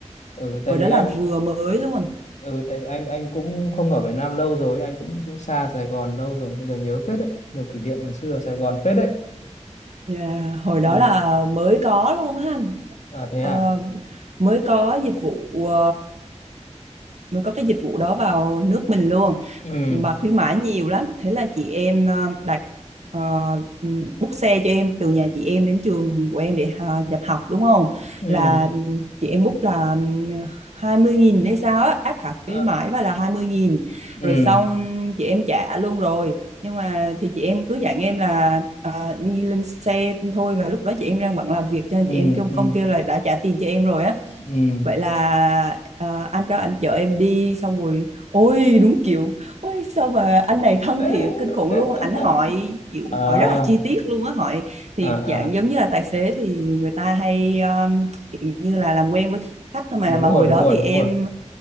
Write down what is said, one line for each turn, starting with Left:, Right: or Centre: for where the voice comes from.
Left: ừ, tại
Right: hồi
Left: vì
Right: đó là
Left: anh
Right: vừa mới luôn.
Left: ừ, tại vì anh anh cũng không ở Việt Nam lâu rồi, anh cũng cũng xa Sài Gòn lâu rồi, bây giờ nhớ phết đấy, nhiều kỷ niệm ngày xưa ở Sài Gòn phết đấy.
Right: Dạ, hồi
Left: Ừ.
Right: đó là mới có luôn ha.
Left: À thế
Right: ờ,
Left: à?
Right: mới có dịch vụ ờ, mới có cái dịch vụ đó vào nước mình luôn
Left: Ừ.
Right: mà khuyến mãi nhiều lắm thế là chị em ờ, đặt ờ, book xe cho em từ nhà chị em đến trường của em để à, nhập học đúng không
Left: Ừ.
Right: là chị em book là 20.000 hay sao á áp cả
Left: Ờ,
Right: khuyến mãi và là hai mươi nghìn
Left: ừ.
Right: rồi xong chị em trả luôn rồi nhưng mà thì chị em cứ dặn em là à, đi lên xe thôi và lúc đó chị em đang bận làm việc cho nên
Left: Ừ.
Right: chị em kêu
Left: Ừ.
Right: không kêu là đã trả tiền cho em rồi á
Left: Ừ.
Right: vậy là à, anh đó anh chở em đi xong rồi ôi đúng kiểu ôi sao mà anh này thân
Left: <laughs>
Right: thiện kinh khủng luôn ảnh hỏi kiểu
Left: À,
Right: hỏi rất là chi tiết luôn á hỏi thì
Left: à,
Right: dạng
Left: à,
Right: giống như là tài xế thì người ta hay um, kiểu như là làm quen với khách thôi mà
Left: đúng
Right: mà
Left: rồi,
Right: hồi
Left: đúng
Right: đó
Left: rồi,
Right: thì
Left: đúng
Right: em
Left: rồi.